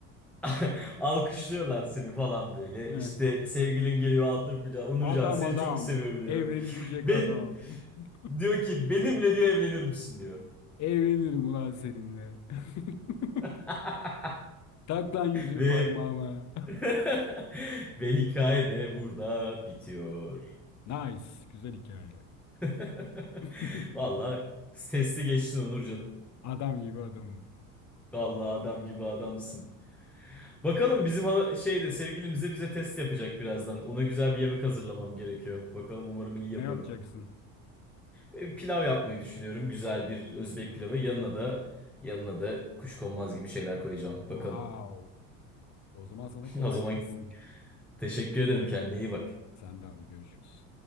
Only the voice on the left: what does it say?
<laughs> Hı
hı.
Adam
adam.
Evlenilecek
adam. <laughs>
Evlenirim ulan seninle. <laughs>
Tak lan yüzüğü
parmağıma.
Nice. Güzel hikaye.
<laughs>
Adam gibi adamım.
Ne
yapacaksın?
Oo.
Wow.
O zaman sana
kolay
gelsin.
Sen de abi görüşürüz.